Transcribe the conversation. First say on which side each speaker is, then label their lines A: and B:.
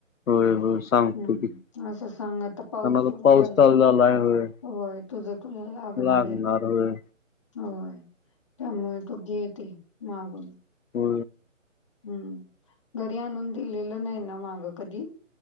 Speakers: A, on the left (about 80°); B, on the left (about 25°).
A: होय होय सांगतो
B: हम्म
A: की, कान
B: असं सांग आता पाऊस
A: आता
B: सुरू
A: पाऊस
B: झाला
A: चालू झालाय होय.
B: होय तुझं तुला
A: लागणार
B: आहे
A: होय.
B: होय त्यामुळे तू गेते मागून.
A: हो!
B: हू घरी आणून दिलेलं नाही ना माग कधी.